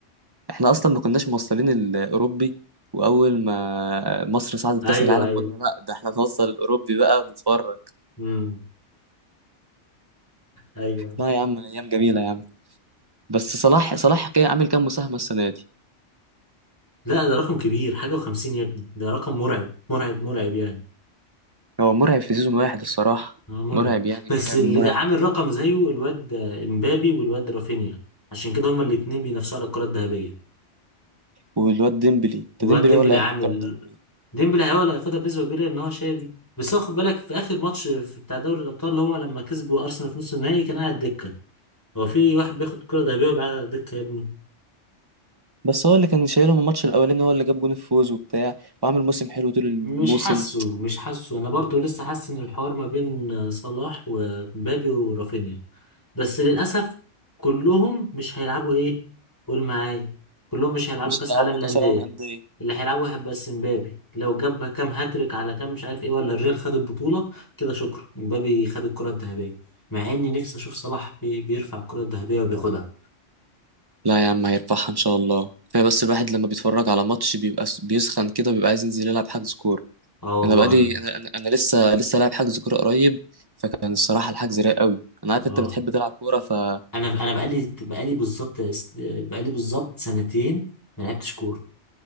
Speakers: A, on the right; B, on the left.
A: احنا اصلا ما كناش موصلين الاوروبي واول ما مصر صعدت
B: ايوه
A: كاس العالم
B: ايوه
A: قلنا لا ده احنا نوصل الاوروبي بقى ونتفرج
B: امم ايوه
A: لا يا عم ايام جميلة يا عم بس صلاح صلاح كان عامل كام مساهمة السنة دي
B: لا ده رقم كبير حاجة وخمسين يا ابني ده رقم مرعب مرعب مرعب يعني
A: هو مرعب في سيزون واحد الصراحة
B: اه مرعب
A: مرعب يعني
B: بس
A: مرعب
B: اللي
A: مرعب
B: جا- عامل رقم زيه الواد امبابي والواد رافينيا عشان كده هما الاتنين بينافسوا على الكرة الذهبية
A: والواد ديمبلي
B: وواد
A: ده ديمبلي
B: ديمبلي
A: هو اللي هياخد
B: عامل
A: الكرة الذهبية
B: ديمبلي هو اللي هياخدها بنسبة كبيرة ان هو شايل بس هو خد بالك في اخر ماتش في بتاع دوري الابطال اللي هو لما كسبوا ارسنال في نص النهائي كان قاعد دكة هو في واحد بياخد كرة ذهبية وبيقعد على الدكة يا ابني
A: بس هو اللي كان شايلهم الماتش الأولاني هو اللي جاب جون الفوز وبتاع وعامل موسم حلو طول الموسم
B: مش حاسه مش حاسه انا برضو لسه حاسس ان الحوار ما بين صلاح ومبابي ورافينيا بس للأسف كلهم مش هيلعبوا إيه قول معايا كلهم مش هيلعبوا
A: مش
B: كأس
A: هلعبه
B: عالم الأندية
A: كأس العالم أندية
B: اللي هيلعبوا هيبقى السنبابي لو جاب كام هاتريك على كام مش عارف إيه ولا الريال خد البطولة كده شكرا امبابي خد الكرة الذهبية مع إني نفسي أشوف صلاح بي بيرفع الكرة الذهبية وبياخدها
A: لا يا عم هيرفعها إن شاء الله كفاية بس الواحد لما بيتفرج على ماتش بيبقى س- بيسخن كده بيبقى عايز ينزل يلعب حجز كورة
B: آه والله
A: أنا بقالي
B: أنا
A: أنا, أنا أنا لسه لسه لاعب حجز كورة قريب فكان الصراحة الحجز رايق قوي أنا عارف
B: آه
A: أنت بتحب تلعب كورة ف آه،
B: أنا أنا بقالي بقالي بالظبط بقالي بالظبط سنتين ما لعبتش كورة